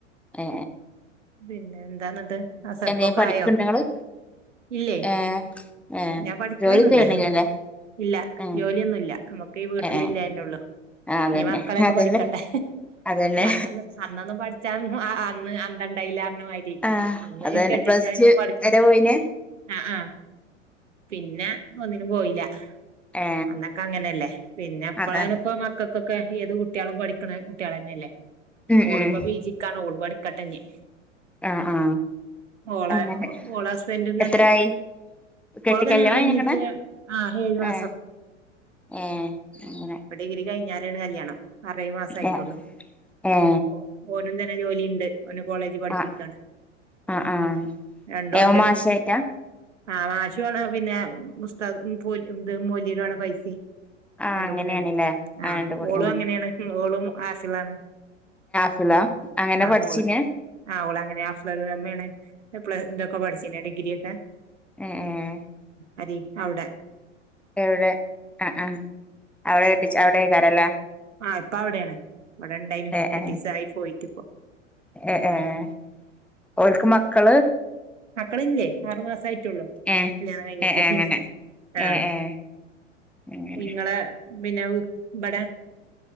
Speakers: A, in the centre; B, on the right.
A: ഏ
B: പിന്നെ എന്താന്നട്ട് അസർപ്പൊക്കെ
A: എന്തേലും പഠിക്കണ്ടോ
B: ആയോ
A: നിങ്ങള്
B: ഇല്ലേ
A: ഏ ഏ
B: ഞാൻ പഠിക്കണന്നല്ല
A: ജോലിയും ചെയ്യണില്ലല്ലേ
B: ഇല്ല
A: ഏ
B: ജോലിയൊന്നുല്ല നമ്മുക്ക് ഈ വീട്ടില
A: ഏ
B: ഇല്ലന്നെ ഉള്ളൂ
A: ആ അതന്നെ
B: നീ മക്കളെയൊക്കെ
A: അതന്നെ
B: പഠിക്കട്ടെ
A: അതന്നെ
B: അന്നൊന്ന് അന്നൊന്നും പഠിച്ചാൻ അന്ന് അന്തണ്ടായില്ല മാരി
A: ആ
B: അന്ന്
A: അതന്നെ
B: കെട്ടിച്ചാ
A: പ്ലസ്
B: എന്നെ
A: ടു
B: പഠിപ്പ്
A: വരെ പോയിനെ
B: ആ ആ പിന്നെ ഒന്നിനും പോയില്ല
A: ഏ
B: അന്നൊക്കെ അങ്ങനെയല്ലേ പിന്നെ എപ്പഴാണ്
A: അതാണ്
B: ഇപ്പ മക്കൾക്കെ ഏത് കുട്ടികളും പഠിക്കണ കുട്ടികള തന്നെയല്ലേ
A: ഉം
B: മോളപ്പ
A: ഉം
B: ബീജിക്കാണ്ോൾ പഠിക്കാട്ടെന്നെയെ
A: ആ ആ
B: ഓള
A: അങ്ങനെ
B: ഓള ഹസ്ബൻഡന്ന്
A: എത്രായി
B: തന്നെ
A: കെട്ടി
B: കൊഴഗലണ
A: കല്യാണം കഴിഞ്ഞേക്കണ്
B: ഇഞ്ഞിട്ട് ആഹ്വാ
A: ഏ ഏ അങ്ങനെ
B: ഉ ഡിഗ്രി കഴിഞ്ഞരാണ് കല്യാണം അറേ മാസ ആയിട്ടുള്ളു
A: ഏ ഏ
B: ഓ ഓനും തന്നെ ജോലിുണ്ട് പിെ കോളേജിൽ പഠിപ്പിക്കാണ്
A: ആ ആ ആ
B: രണ്ട
A: ഏമാശായിട്ടാ
B: ഉണ്ട് ആഹ് മാാശുാണ് പിന്നെ മുസ്തകം ഇ മൂല്യര ആണ പൈസ
A: ആ
B: കണ്ട
A: അങ്ങനെയാണല്ലേ
B: കൂടെെ
A: ആ
B: ആ്
A: രണ്ട് കൂടി
B: ഓളും അങ്ങനെയാണ് ഓളും ആസിലാണ്
A: ഫിലാം അങ്ങനെ പഠിച്ചീന
B: മോള് ആ അവള അങ്ങനൊഫ്മ്മാണ് ഇതൊക്കെ പഠിച്ചന്നെ ഡിഗ്രിൊക്കെ
A: ഉ ഉ
B: അരി അഔടാ
A: എവിടെ ആ ആ അവിടെ അവിടെ കരല
B: ആഹ ഇപ്പ അവിടെയാണ് ഇവിടെ ഇണ്ടായിു
A: ഏ
B: കട്ടീ
A: ഏ
B: ആയി പോയിട്ട ഇപ്പോ
A: ഏ ഏ ക്ക് മക്കള്
B: മക്കള ഇല്ലേ ആറുമാസ ആയിട്ടുള്ളൂ
A: ഏ
B: അല്ല കഴിഞ്ഞിട്ട്
A: ഏ ഏ അങ്ങനെ
B: ആഹ
A: ഏ ഏ അങ്ങനെ
B: ഇങ്ങളെ വിനാവ ഇവിടെ